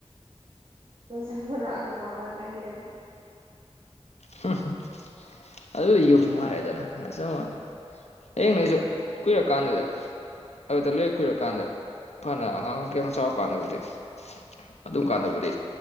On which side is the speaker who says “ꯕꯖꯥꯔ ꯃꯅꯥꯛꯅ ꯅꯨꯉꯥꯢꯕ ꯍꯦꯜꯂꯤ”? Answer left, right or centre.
Right